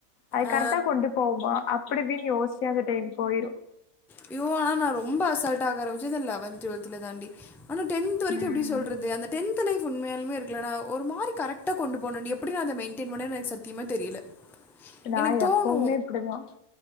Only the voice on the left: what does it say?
அது கரெக்டா
கொண்டு போவோமா அப்டி இப்டின்னு யோசிச்சு அந்த டைம் போயிரும்
ம்
<inaudible>
எப்பவுமே இப்டிதா